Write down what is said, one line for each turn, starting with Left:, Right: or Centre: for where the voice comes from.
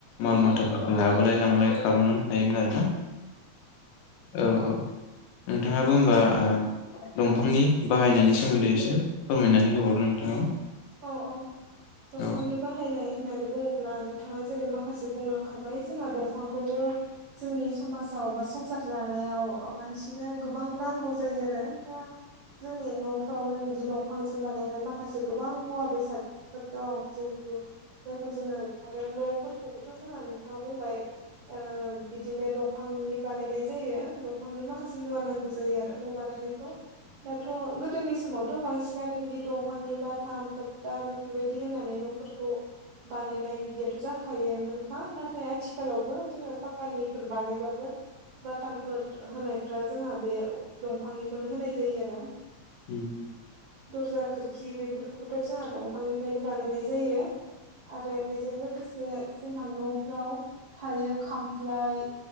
Left: माल-माथाफोरखौ लाबोलाय लांलाय खालामोमोन। थायोमोन आरोना औ औ नोंथाङाबो होमबा ओ दंफांनि बाहायनायनि सोमोन्दै एसे फोरमायनानै होबावदो नोंथाङा।
Right: औ औ दंफांनि
Left: औ
Right: बाहायनाय होननानै बुङोब्ला नोंथाङा जेरै माखासे बुंलांखा बाय जोंहा दंफांखौबो जोंनि समाजाव बा संसार जानायाव मानसिनो गोबां नांगौ जायो आरो दा जोंनि न'फ्राव नों बिदि दंफांजों बानायनाय माखासे गोबां मुवा-बेसादफोर दं जिहेथु जायखौ जोङो आरो न'फोरखौबोथ' जोंहा नोंथाङा बुंबाय ओ बिदिनो दंफांनि बानायनाय जायो दंफांनि माखासे मुवा नांगौ जायो आरो न' बानायनाय दाथ' गोदोनि समावथ' बांसिनानो बिदि दंफांनि बा थख्था बेफोरबायदि होनानै न'फोरखौ बानायनाय बिदियाथ' जा‌ खायोयामोनोखा नाथाय आथि खालावबो जोङो फाक्कानिफोर बानायबाबो बाथामफोर होनायफ्रा जोंहा बे दंफांनिखौनो होनाय जायो आरो
Left: उम
Right: दरजा-खोरखि बेफोरखौबोथ' जोंहा दंफांनिफ्रायनो बानायनाय जायो। आरो बेजों लोगोसे जोंहा न'फ्राव थायो खामफ्लाय,